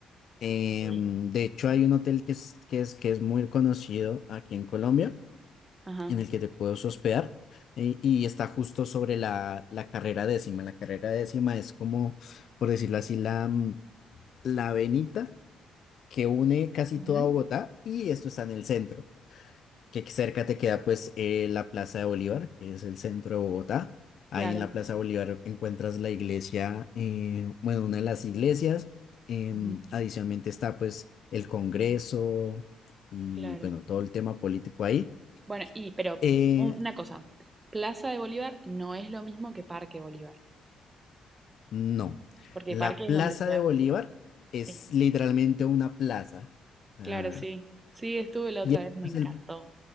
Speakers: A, on the left; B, on the right.
A: Em,
B: ok.
A: de hecho, hay un hotel que es, que es, que es muy conocido aquí en Colombia,
B: Ajá.
A: en el que te puedes hospedar. eh, y está justo sobre la, la carrera décima. La carrera décima es como, por decirlo así, la, mm, la avenida que une casi
B: ujú,
A: toda Bogotá y esto está en el centro. que cerca te queda pues eh, la Plaza de Bolívar, que es el centro de Bogotá. Ahí
B: Claro.
A: en la Plaza de Bolívar encuentras la iglesia, eh, bueno, una de las iglesias. Em,
B: ujú,
A: adicionalmente está pues el Congreso y
B: Claro.
A: bueno, todo el tema político ahí.
B: Bueno, y pero
A: Eh,
B: un- una cosa, Plaza de Bolívar no es lo mismo que Parque Bolívar,
A: no,
B: porque
A: la
B: Parque
A: Plaza
B: es donde se
A: de
B: hace.
A: Bolívar es
B: Sí,
A: literalmente una plaza. o
B: claro,
A: sea,
B: sí. Sí, estuve la
A: y
B: otra
A: el
B: vez,
A: otro
B: me
A: es
B: encantó.
A: el